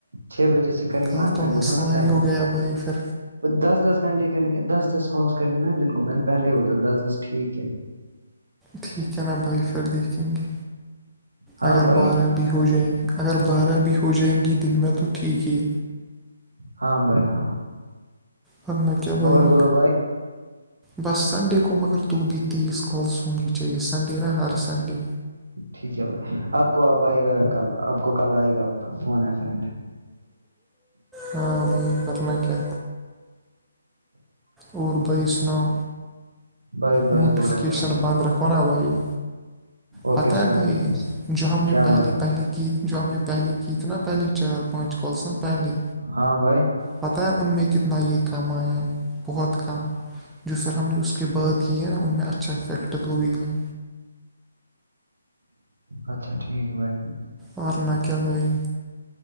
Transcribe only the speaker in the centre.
کل
تو
مسئلہ
ہی ہو گیا بھائی پھر
ٹھیک ہے نا بھائی پھر دیکھیں گے
اگر
بارہ بو ہو جائیں گی اگر بارہ بھی ہو جائیں گی دن میں تو ٹھیک ہی
کرنا کیا بھائی
بس سنڈے کو مگر تو بھی تیس کالس ہونی چاہیے سنڈے نہا ہر سنڈے
ہاں بی کرن کیا اور بھائی سناؤ
نوٹفکیشن
بند رکھو نا ابی
پتا ہے
بھائی جو ہم نے
پہلے
پہلی کییت جو ہم نے پہلیے کیی تھے نا پہلے چار پانچ کال س پہلے
پتہ ہے ان میں کتنا یہ کم آ ہے بہت کم جو پھر ہم نے اس کے بعات کی ہے نا ان میں اچھا افیکٹ تو بھی ہے
اورنہ کیا بائی